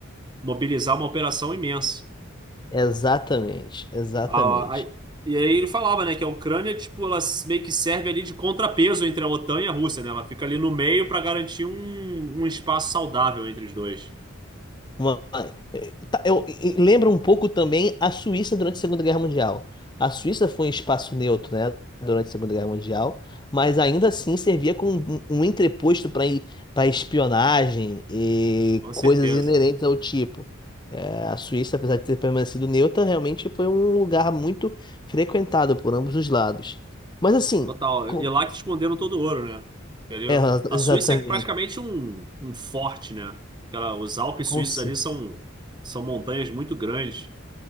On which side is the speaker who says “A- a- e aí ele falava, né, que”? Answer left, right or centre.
Right